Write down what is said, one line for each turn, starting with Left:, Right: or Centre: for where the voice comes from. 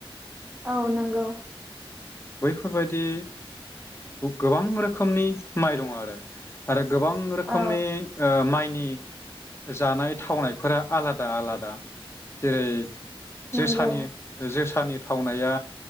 Centre: औ नंगौ
Left: बैफोरबाय दि गोबां रोखोमनि माइ दङ आरो आरो गोबां रोखोमनि
Centre: औ
Left: ओ माइ नि जानाय थावनायफोरा आलादा आलादा जेरै
Centre: नंगौ
Left: जोसानि जोसा सानि थावनाया